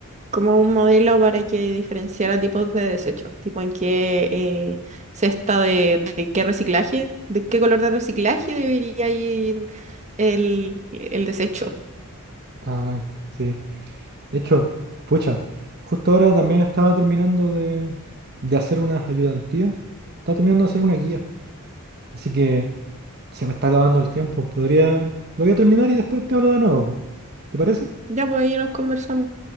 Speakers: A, on the right; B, on the right.
A: como un modelo para que diferenciara tipos de desechos, tipo en qué eh, cesta de, de qué reciclaje, de qué color de reciclaje debería ir el, el desecho.
B: Ah, sí. De hecho, pucha, justo ahora también estaba terminando de, de hacer unas ayudantías. Estaba terminando de hacer una guía. Así que se me está acabando el tiempo. Podría... Lo voy a terminar y después te hablo de nuevo. po. ¿Te parece?
A: Ya, pues ahí nos conversamos.